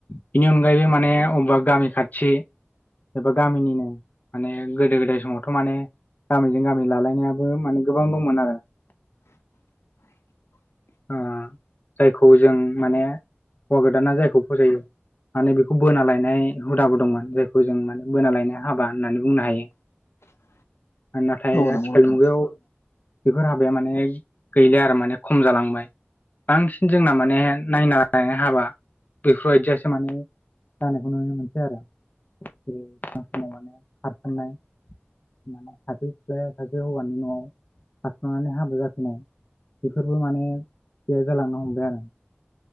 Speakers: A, on the left; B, on the left.
A: बेनि अनगायै अगायबो माने अबेबा गामि खाथि एबा गामिनिनो माने गोदो गोदाय समावथ' माने गामिजों गामि लालायनायाबो माने गोबां दंमोन आरो
B: <unintelligible>
A: ओ जायखौ जों माने हौवा गोदाना जायखौ फसायो माने बेखौ बोना लायनाय हुदाबो दंमोन जायखौ जों माने बोना लायनो हाबा होननानै बुंनो हायो
B: <inaudible>
A: नाथाय
B: नंगौ
A: आथिखाल
B: नोंथां
A: मुगायाव बेफोर हाबाया माने गैला आरो माने खम जालांबाय बांसिन जोंना माने नायना लायनाय हाबा बेफोरबायदियासो माने जानायखौ नुनो मोनसै आरो जेरै समाव माने खारसननाय माने सायसे सिख्लाया सासे हौवानि न'आव खारसननानै हाबा जाफिनाय बेफोरबो माने गैया जालांनो हमबाय आरो